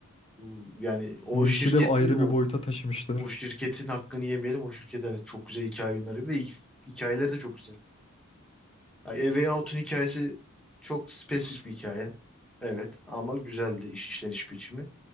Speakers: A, in the centre; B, on the left.
A: Bu- Yani o
B: Bu
A: şirketi
B: işi de ayrı
A: o
B: bir boyuta taşımışlar.
A: O şirketin hakkını yemeyelim. O şirket evet çok güzel hikaye yayınları ve hi- hikayeleri de çok güzel. Yani A Way Out'un hikayesi çok spesifik bir hikaye. Evet ama güzeldi iş işleniş biçimi.